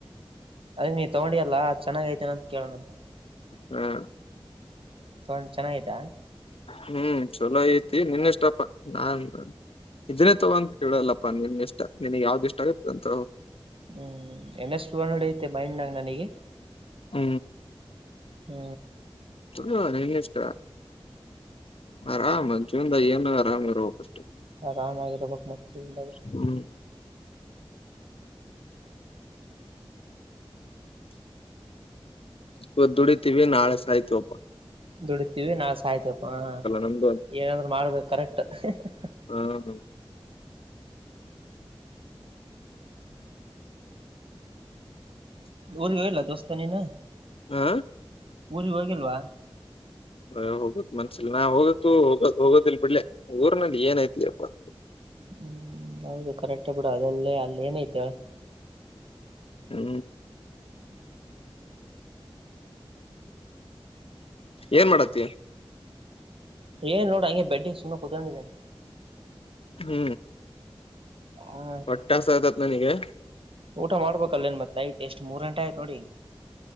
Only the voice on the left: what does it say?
ಹ್ಮ್
ಹ್ಮ್ ಚಲೋ ಐತಿ ನಿನ್ ಎಷ್ಟಪ್ಪ ನಾನ್ ಇದನ್ನೇ ತಗೊ ಇಡಲ್ಲಪ್ಪ ನಿನ್ ಇಷ್ಟ ನನ್ಗ್ ಯಾವ್ದ್ ಇಷ್ಟ ಆಗುತ್ತೆ ಅಂತ
ಹು.
ಚೊಲೋ ರೈನೆಸ್ಕ್ರಾ. ಆರಾಮ್ ಜೀವನದಾಗ ಹೆಂಗರ ಆರಾಮ್ ಇರಬೇಕು ಅಷ್ಟೇ.
ಹ್ಮ್ ಇವತ್ತ ದುಡಿತಿವಿ ನಾಳೆ ಸಾಯತ್ತೇವಪ್ಪಾ.
ನಮ್ದು
ಹ ಅ.
ಹಾ
ಎ ಹೋಗಕ್ ಮನ್ಸಿಲ್ಲ ನಾ ಹೋಗತ್ತು ಹೋಗ ಹೋಗೋದಿಲ್ ಬಿಡ್ಲೆ ಊರ್ನಲ್ಲಿ ಏನೈತಿ ಲೆಪಾ
ಹು ಏನ್ ಮಾಡತ್ತಿ.
ಹು.
ಹೊಟ್ಟ ಸತೇತಿ ನನಗೆ